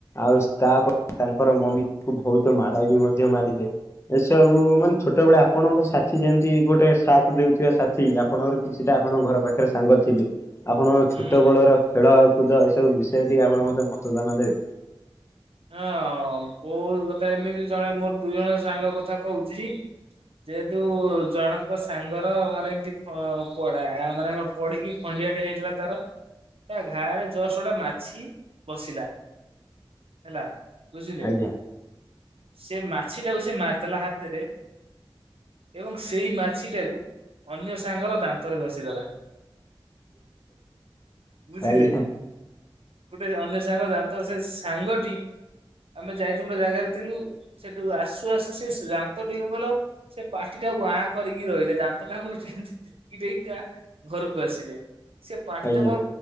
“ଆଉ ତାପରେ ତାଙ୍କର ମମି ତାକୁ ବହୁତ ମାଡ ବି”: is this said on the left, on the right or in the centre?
Left